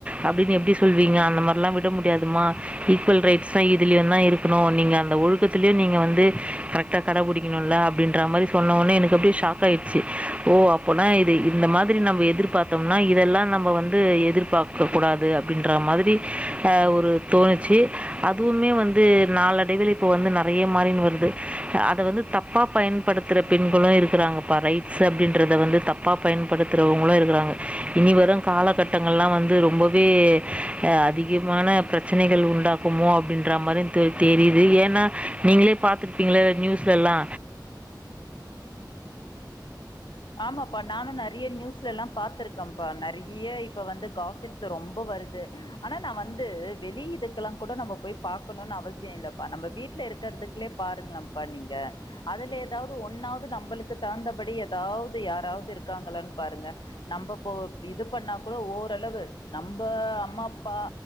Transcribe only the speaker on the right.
அப்டின்னு எப்டி சொல்லுவீங்க அந்த மாறில்லா விட முடியாதுமா ஈக்குவல் ரைட்ஸ் னா இதுலயு தா இருக்கணு நீங்க அந்த ஒழுக்கத்துலயு நீங்க வந்து கரெக் ட்டா கடபுடிக்கணுல்ல அப்டின்ற மாறி சொன்ன ஒன்னே எனக்கு அப்டியே ஷாக் ஆயிடுச்சு ஓ அப்போனா இது இந்த மாதிரி நம்ப எதிர்பார் த்தோம்னா இதெல்லா நம்ப வந்து எதிர்பாக்க கூடாது அப்டின்ற மாதிரி ஆ ஒரு தோணுச்சு அதுவுமே வந்து நாளடைவில் இப்போ வந்து நெறய மாறின்னு வருது அத வந்து தப் பா பயன்படுத்துற பெண்களு இருக்குறாங்கப்பா ரைட்ஸ் அப்டின்றத வந்து தப்பா பயன்படுத்துறோங்களு இருக்குறாங்க இனி வரு காலகட்டங்கள்லா வந்து ரொம்பவே ஆ அதிகமான ப்ரச்சனைகள் உண்டாகு குமோ அப்டின்ற மாறி தெரி தெரியுது ஏன்னா நீங்ளே பாத்திருப்பீங்ள்ல நியூஸ்ல எல்லா